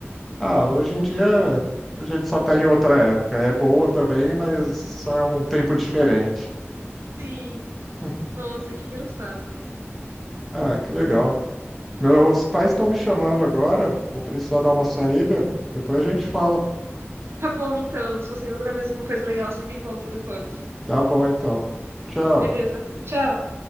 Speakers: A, in the centre; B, on the right.
A: Ah, hoje em dia a gente só tá em outra época. É boa também, mas só é um tempo diferente.
B: Sim,
A: <laughs>
B: nossa, que engraçado.
A: Ah, que legal. Meus pais estão me chamando agora. Vou precisar dar uma saída. Depois a gente fala.
B: Tá bom, então. Se você encontrar mais uma coisa legal, você me conta depois.
A: Tá bom, então. Tchau.
B: Beleza, tchau.